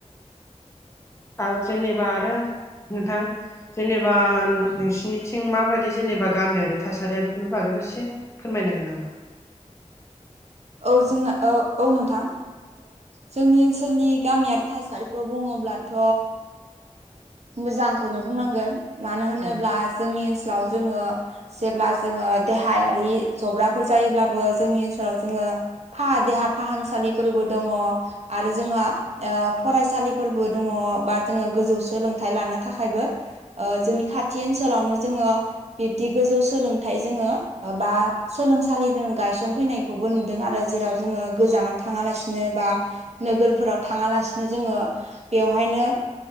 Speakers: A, on the left (about 25°); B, on the right (about 60°).
A: आरो जेनेबा आरो नोंथां जेनेबा नोंसोरनिथिं माबायदि जेनेबा गामियारि थासारिया बेफोरनि बागैबो एसे फोरमायनो हागोन नामा?
B: औ जोंना औ नोंथां जोंनि ओनसोलनि गामियारि थासारिखौ बुङोब्लाथ'‌ मोजांखौनो बुंनांगोन मानो होनोब्ला
A: औ
B: जोंनि ओनसोलाव जोङो जेब्ला जोङो देहायारि जब्राफोर जायोब्लाबो जोंनि ओनसोलाव जोङो फा देहा फाहामसालिफोरबो दङ आरो जोङो फरायसालिफोरबो दङ बा जोङो गोजौ सोलोंथाइ लानो थाखायबो जोंनि खाथि ओनसोलावनो जोङो बिब्दि गोजौ सोलोंथाइ जोङो बा सोलोंसालि जों गायसनफैनाय खौबो नुदों आरो जेराव जोङो गोजानाव थाङालासिनो बा नोगोरफोराव थाङालासिनो जोङो बेवहायनो